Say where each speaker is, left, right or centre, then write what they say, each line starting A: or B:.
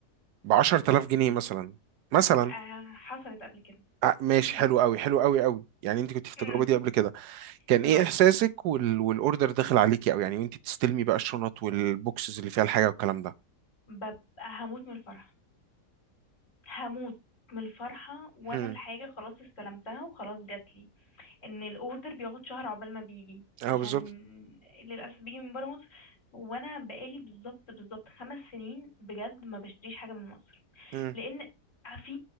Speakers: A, on the right; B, on the left.
A: ب 10000 جنيه مثلا مثلا
B: آه، حصلت قبل كده
A: آه، ماشي
B: امم
A: حلو قوي حلو قوي قوي يعني أنت كنت في التجربة
B: امم
A: دي قبل كده كان
B: بالظبط
A: إيه إحساسك وال والأوردر داخل عليكي أو يعني وأنت بتستلمي بقى الشنط والبوكسز اللي فيها الحاجة والكلام ده
B: ببقى هموت من الفرح هموت من الفرحة وانا
A: هم.
B: الحاجة خلاص استلمتها وخلاص جاتلي ان الاوردر بيقعد شهر عقبال ما بيجي
A: أه
B: عشان
A: بالظبط
B: للأسف بيجي من برا مصر وانا بقالي بالظبط بالظبط خمس سنين بجد ما بشتريش حاجة من مصر
A: هم.
B: لان في